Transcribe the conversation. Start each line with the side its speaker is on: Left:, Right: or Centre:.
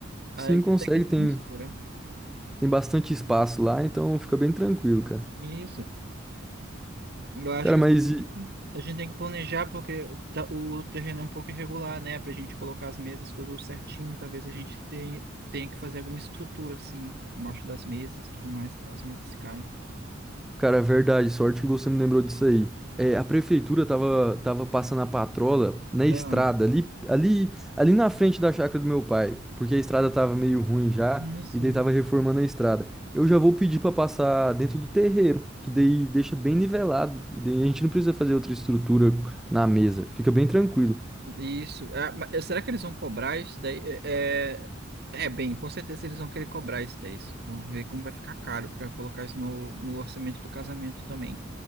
Right: Aí
Centre: Sim,
Right: até
Centre: consegue,
Right: que não
Centre: tem,
Right: se mistura.
Centre: tem bastante espaço lá, então fica bem tranquilo, cara.
Right: Isso. Eu acho
Centre: Cara,
Right: que
Centre: mas e,
Right: a gente tem que planejar porque o ta- o terreno é um pouco irregular, né? Pra gente colocar as mesas tudo certinho, talvez a gente tenha, tenha que fazer alguma estrutura, assim, embaixo das mesas e tudo mais, para as mesas ficarem.
Centre: Cara, é verdade, sorte que você me lembrou disso aí. É, a prefeitura tava, tava passando a patrola na
Right: Não,
Centre: estrada, ali, ali, ali na frente da chácara do meu pai, porque a estrada tava meio ruim já,
Right: isso.
Centre: e daí tava reformando a estrada. Eu já vou pedir pra passar dentro do terreiro, que daí deixa bem nivelado, e daí a gente não precisa fazer outra estrutura na mesa, fica bem tranquilo.
Right: Isso. É, ma- eh, será que eles vão cobrar isso daí? É, é, é, bem, com certeza eles vão querer cobrar isso daí. Isso. Vamos ver como vai ficar caro para colocar isso no, no orçamento do casamento também.